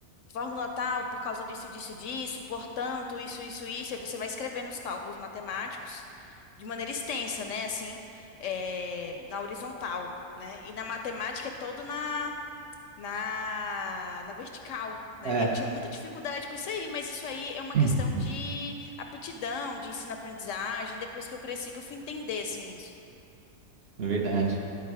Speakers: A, on the left (about 70°); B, on the right (about 50°).
A: fórmula tal, por causa disso, disso, disso, portanto, isso, isso, isso, aí você vai escrevendo os cálculos matemáticos de maneira extensa, né, assim, eh, na horizontal, né, e na matemática é todo na, na, na vertical. Né?
B: É,
A: Eu tinha muita dificuldade com isso aí, mas isso aí é uma
B: <clears throat>
A: questão de aptidão, de ensino-aprendizagem. Depois que eu cresci, que eu fui entender assim isso.
B: é verdade.